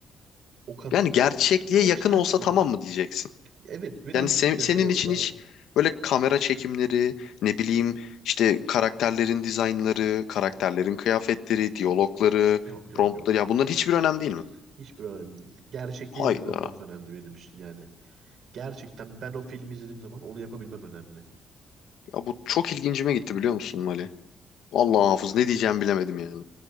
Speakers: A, on the right; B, on the left.
A: o kadar
B: Yani
A: yani
B: gerçekliğe
A: çok
B: yakın
A: saçma.
B: olsa tamam mı diyeceksin?
A: Evet birazcık
B: Yani se-
A: yakın
B: senin
A: olsa
B: için hiç böyle kamera çekimleri, ne bileyim işte karakterlerin dizaynları, karakterlerin kıyafetleri, diyalogları,
A: yok yok
B: promptları
A: yok
B: ya
A: yok.
B: bunların hiçbir önemli değil mi?
A: Hiçbir önemli değil. Gerçekliğe
B: Hayda.
A: yakın olması önemli benim için yani. Gerçekten ben o filmi izlediğim zaman onu yapabilmem önemli.
B: Ya bu çok ilgincime gitti biliyor musun Mali? Vallahi Hafız ne diyeceğimi bilemedim yani.